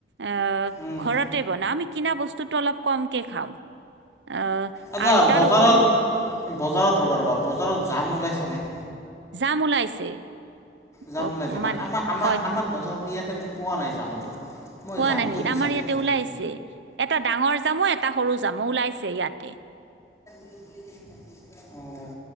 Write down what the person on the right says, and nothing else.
অ',
ঘৰতে বনা, আমি কিনা বচ ভাত অলপ কমকে খাওঁ অ
আৰু তাৰপৰি।
জাম ওলাইছে।
ক-
মানে
হয় হয়
হোৱা
নাই নেকি
আমাৰ ইয়াতে
ওলাইছে, এটা ডাঙৰ জামু, এটা সৰু জামু ওলাইছে ইয়াতে।